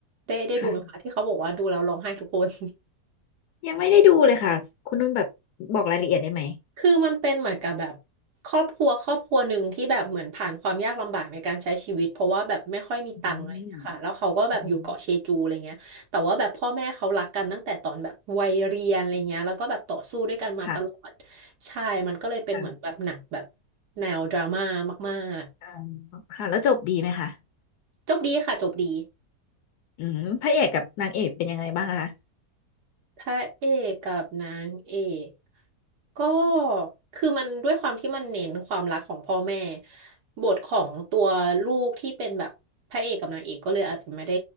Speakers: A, on the right; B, on the left.
A: ได้ได้ดูไหมคะที่เขาบอกว่าดูแล้วร้องไห้ทุกคน
B: ค่ะยังไม่ได้ดูเลยค่ะคุณนุ่นแบบบอกรายละเอียดได้ไหม
A: คือมันเป็นเหมือนกับแบบครอบครัวครอบครัวหนึ่งที่แบบเหมือนผ่านความยากลำบากในการใช้ชีวิตเพราะว่าแบบไม่ค่อยมีตังค์อะไรอย่างเงี้ยค่ะแล้วเขาก็แบบอยู่เกาะเชจูอะไรเงี้ยแต่ว่าแบบพ่อแม่เขารักกันตั้งแต่ตอนแบบวัยเรียนอะไรเงี้ยแล้วก็แบบต่อสู้ด้วยกันมาตลอด
B: อืมอืมค่ะ
A: ใช่มันก็เลยเป็นเหมือนแบบหนักแบบ
B: ค่ะ
A: แนวดราม่ามาก
B: อ่าค่ะแล้วจบดีไหมคะ
A: ๆจบดีค่ะจบดี
B: อืมพระเอกกับนางเอกเป็นยังไงบ้างคะ
A: พระเอกกับนางเอกก็คือมันด้วยความที่มันเน้นความรักของพ่อแม่บทของตัวลูกที่เป็นแบบพระเอกกับนางเอกก็เลยอาจจะไม่ได้